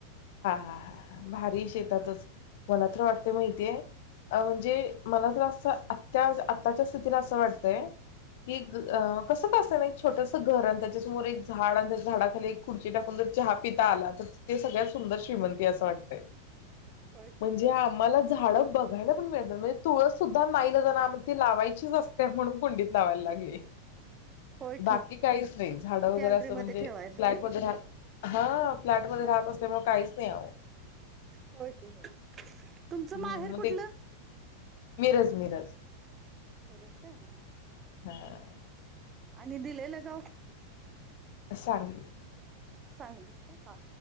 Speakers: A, on the left; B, on the right.
A: हा हा भारी शेतातच
B: हा
A: मला तर, वाटतय माहितीय अ म्हणजे जे मला ज अस आत्या आत्ताच्या स्थितीला असं वाटतय की, अ कसं का अस ना एक छोटस घर, अन त्याच्या समोर एक झाड अन त्या झाडाखाली खुर्ची टाकून जर चहा पित आला तर ते सगळ्याच सुंदर श्रीमंती असं वाटतंय.
B: होय की
A: म्हणजे आम्हांला झाडं बघायला पण मिळत नाही, म्हणजे तुळस सुद्धा नाईलाजाने आम ती लावायचीच असते, म्हणून कुंडीत लावायला लागली.
B: होय
A: बाकी
B: की
A: काहीच नाही झाड वगैरे
B: गॅलरी
A: असं म्हणजे
B: मध्ये ठेवायला
A: फ्लॅट मधे राह हां <unintelligible> राहत असल्यामुळ काहीचं नाही आवो.
B: होय की होय तुमचं
A: हम्म
B: माहेर
A: मग
B: कुठलं?
A: ते मिरज मिरज.
B: बेरोजगार.
A: हां.
B: आणि दिलेलं गांव?
A: सांगली.
B: सांगलीच का? हा.